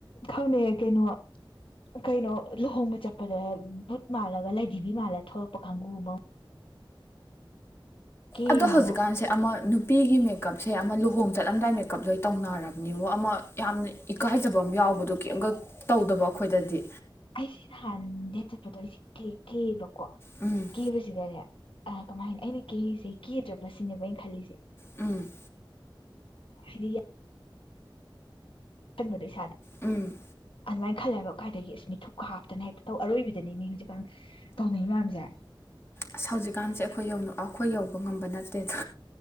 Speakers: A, on the left; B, on the left.
A: ꯈꯪꯗꯦ ꯀꯩꯅꯣ ꯀꯩꯅꯣ ꯂꯨꯍꯣꯡꯕ ꯆꯠꯄꯗ ꯕꯨꯠ ꯃꯥꯜꯂꯒ ꯂꯥꯏꯙꯤꯕꯤ ꯃꯥꯜꯂ ꯊꯣꯛꯂꯛꯄ ꯀꯥꯡꯕꯨ ꯑꯃ ꯀꯦꯅꯦꯅ
B: ꯑꯗꯣ ꯍꯧꯖꯤꯛꯀꯥꯟꯁꯦ ꯑꯃ ꯄꯤꯒꯤ ꯃꯦꯀꯞꯁꯦ ꯑꯃ ꯂꯨꯍꯣꯡ ꯆꯠꯂꯝꯗꯥꯏ ꯃꯦꯀꯞ ꯂꯣꯏ ꯇꯧꯅꯔꯕꯅꯤꯕ ꯑꯃ ꯌꯥꯝꯅ ꯏꯀꯥꯏꯖꯕ ꯑꯃ ꯌꯥꯎꯕꯗꯣ ꯀꯩꯝꯒ ꯇꯧꯗꯕ ꯑꯩꯈꯣꯏꯗꯗꯤ
A: ꯑꯩꯁꯤ ꯍꯟ ꯗꯦꯠ ꯆꯠꯄꯗꯣ ꯑꯩꯁꯦ ꯀꯦ ꯀꯦꯕ ꯀꯣ
B: ꯎꯝ
A: ꯀꯦꯕꯁꯤꯗꯅꯦ ꯑ ꯀꯃꯥꯏꯅ ꯑꯩꯅ ꯀꯦꯔꯤꯁꯦ ꯀꯦꯗ꯭ꯔꯕ ꯁꯤꯅꯦꯕ ꯑꯩꯅ ꯈꯜꯂꯤꯁꯦ
B: ꯎꯝ
A: ꯍꯥꯏꯔꯤ ꯈꯟꯕꯗꯣ ꯏꯁꯥꯗ
B: ꯎꯝ
A: ꯑꯗꯨꯃꯥꯏ ꯈꯜꯂꯦꯕ ꯀꯥꯏꯗꯒꯤ ꯑꯁ ꯃꯤꯊꯨꯞꯀ ꯍꯥꯞꯇꯅ ꯍꯦꯛꯇ ꯑꯔꯣꯏꯕꯤꯗꯅꯤ ꯃꯤ ꯍꯧꯖꯤꯛꯀꯥꯟ ꯇꯧꯅꯩ ꯃꯌꯥꯝꯖꯦ
B: ꯑꯁ ꯍꯧꯖꯤꯛꯀꯥꯟꯁꯦ ꯑꯩꯈꯣꯏ ꯑꯩꯈꯣꯏ ꯌꯧꯕ ꯉꯝꯕ ꯅꯠꯇꯦꯗ